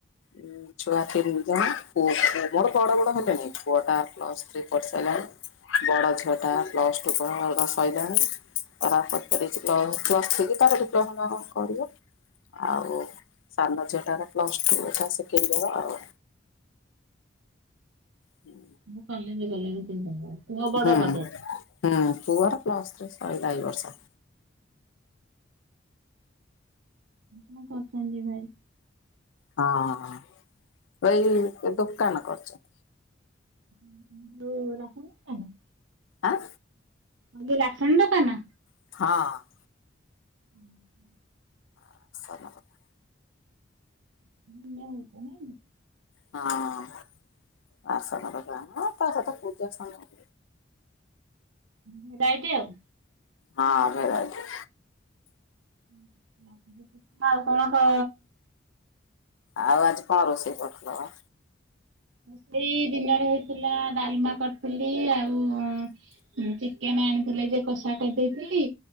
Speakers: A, on the left; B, on the right.
A: ଉଁ। ଛୁଆ ତିନି ଜଣ ପୁ- ମୋର ବଡ ବଡ ହେଲେଣି ପୁଅ ଟା ପ୍ଲସ ଥ୍ରୀ ପଢ଼ି ସାରିଲାଣି ବଡ ଝିଅ ଟା ପ୍ଲସ୍ ଟୁ ପଢ଼ା ସଇଲାଣି। ତାର ପଚାରିକି ତାର ପ୍ଲସ୍ ଥ୍ରୀ କି ତାର ଡିପ୍ଲୋମା ଫିପ୍ଲୋମା କଣ କରିବ। ଆଉ ସାନ ଝିଅଟାର ପ୍ଲସ ଟୁ ଏଟା ସେକେଣ୍ଡୟିର ଆଉ। ହୁଁ।
B: ସବୁ କଲେଜେ ଗଲେଣି ତିନି ଟା ଯାକ। ପୁଅ ବଡ
A: ହୁଁ-
B: ବୋଧେ?
A: ହୁଁ ପୁଅର ପ୍ଲସ୍ ଥ୍ରୀ ସଇଲା ଏଇ ବର୍ଷ।
B: କଣ୍ କରୁଚନ୍ତି ଭାଇ?
A: ହଁ ଏଇ ଦୋକାନ କରିଚନ୍ତି।
B: <inaudible> ଯଉ ରାସନ ଦୋକାନ?
A: ଆଁ।
B: କହିଲି ରାସନ୍ ଦୋକାନ?
A: ହଁ।
B: ଅ ହଁ।
A: <unintelligible>
B: <unintelligible>
A: ହଁ ଆସନ ପାଖେ ଆଣ ତା ସହିତ ପୂଜା ସାମ
B: ଉଁ ଭେରାଇଟି ଆଉ?
A: ହଁ ଭେରାଇଟି।
B: <unintelligible> ଆଉ କଣ କଅ
A: ଆଉ ଆଜି କଣ ରୋଷେଇ କରିଥିଲ ବା?
B: ରୋଷେଇ ଦିନରେ ହୋଇଥିଲା ଡ଼ାଲମା କରିଥିଲି ଆଉ ଚିକେନ ଆଣି ଥିଲେ ଯେ କଷା କରିଦେଇଥିଲି